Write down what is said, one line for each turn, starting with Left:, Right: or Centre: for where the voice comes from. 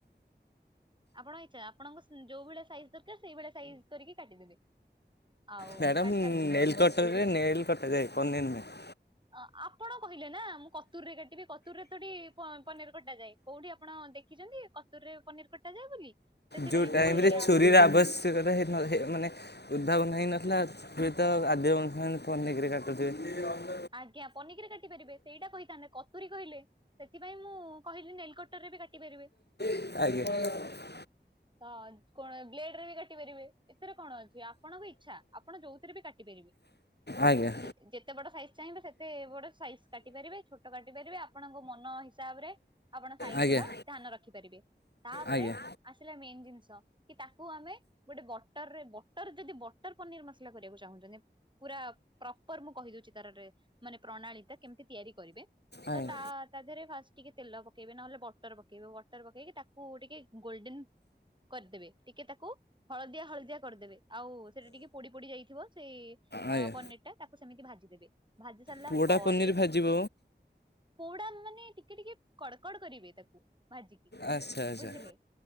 Right: ଆପଣ ଇଚ୍ଛା ଆପଣଙ୍କ ଯୋଉ ଭଳିଆ ସାଇଜ୍ ଦରକାର ସେଇଭଳିଆ ସାଇଜ୍ କରିକି କାଟିଦେବେ। ଆଉ
Left: ମ୍ୟାଡ଼ାମ
Right: କାଟି ସାରି
Left: ନେଲ କଟ ରେ ନେଲ କଟ ଯାଏ ପନିର ନୁହେଁ।
Right: ଅ ଆପଣ କହିଲେ ନା ମୁଁ କତୁର ରେ କାଟିବି କତୁରରେ ଥୋଡ଼ି ପ-ପନିର କଟା ଯାଏ। କୋଉଠି ଆପଣ ଦେଖିଚନ୍ତି କତୁର ରେ ପନିର କଟାଯାଏ ବୋଲି। ସେଥିପାଇଁ
Left: ଯୋଉ
Right: ମୁଁ
Left: ଟାଇମରେ
Right: କହିଲି
Left: ଛୁରୀର ଆବଶ୍ୟକତା ହେଇନ ହେଇ ମାନେ ଉଦ୍ଧାବଧ ହେଇ ନଥିଲା ହୁଏ ତ ଆଦିବ ମନୁଷ୍ୟ ମାନେ ତ ପାନିକିରେ କଟୁଥିବେ।
Right: ଆଜ୍ଞା ପନିରରେ କାଟି ପାରିବେ ସେଇଟା କହିଥାନ୍ତେ କତୁରୀ କହିଲେ। ସେଥିପାଇଁ ମୁଁ କହିଲି ନେଲକ୍ଟରରେ ବି କାଟି ପାରିବେ।
Left: ଆଜ୍ଞା।
Right: ହଁ କଣ ବ୍ଲେଡ ରେ ବି କାଟି ପାରିବେ। ଏଥିରେ କଣ ଅଛି ଆପଣଙ୍କ ଇଚ୍ଛା ଆପଣ ଯୋଉଥିରେ ବି କାଟି ପାରିବେ
Left: ଆଜ୍ଞା
Right: ଯେ-ଯେତେ ବଡ ସାଇଜ ଚାହିଁବେ ସେତେ ବଡ଼ ସାଇଜ କାଟି ପାରିବେ, ଛୋଟ କାଟି ପାରିବେ, ଆପଣଙ୍କ ମନ ହିସାବ ରେ ଆପଣ ସାଇଜ
Left: ଆଜ୍ଞା
Right: ର ଧ୍ୟାନ ରଖିପାରିବେ। ତାପରେ
Left: ଆଜ୍ଞା
Right: ଆସିଲା ମେନ୍ ଜିନିଷ କି ତାକୁ ଆମେ ଗୋଟେ ବଟରରେ ବଟର ଯଦି ବଟର ପନିର ମସଲା କରିବାକୁ ଚାହୁଁଛନ୍ତି ପୁରା ପ୍ରପର ମୁଁ କହିଦଉଛି। ତାର ରେ ମାନେ ପ୍ରଣାଳୀ ଟା, କେମିତି ତିଆରି କରିବେ।
Left: ଆଜ୍ଞା
Right: ତ ତା ତା ଦେହରେ ଫା ଟିକେ ତେଲ ପକେଇବେ ନହେଲେ ବଟର ପକେଇବେ। ବଟର ପକେଇକି ତାକୁ ଟିକେ ଗୋଲଡେନ୍ କରିଦେବେ, ଟିକେ ତାକୁ ହଳଦିଆ ହଳଦିଆ କରିଦେବେ। ଆଉ ସେଟା ଟିକେ ପୋଡି ପୋଡି ଯାଇଥିବ ସେଇ
Left: ଆଜ୍ଞା
Right: ପନିର ଟା, ତାକୁ ସେମିତି ଭାଜିଦେବେ। ଭାଜି ସାରିଲା
Left: ପୋଡ଼ା
Right: ପରେ
Left: ପନିର ଭାଜିବ
Right: ପୋଡା ମାନେ ଟିକେ ଟିକେ କଡ଼କଡ କରିବେ ତାକୁ ଭାଜି କି।
Left: ଆଚ୍ଛା ଆଚ୍ଛା
Right: ବୁଝିଲେ?